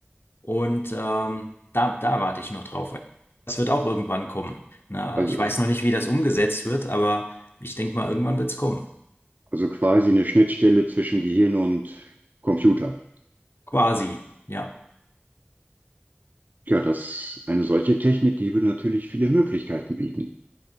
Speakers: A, on the left (about 70°); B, on the right (about 45°).
A: Und ähm, da, da warte ich noch drauf. Das wird auch irgendwann kommen. Na,
B: Also,
A: ich weiß noch nicht, wie das umgesetzt wird, aber ich denke mal, irgendwann wird es kommen.
B: also quasi eine Schnittstelle zwischen Gehirn und Computer.
A: Quasi. Ja,
B: Ja, das, eine solche Technik, die würde natürlich viele Möglichkeiten bieten.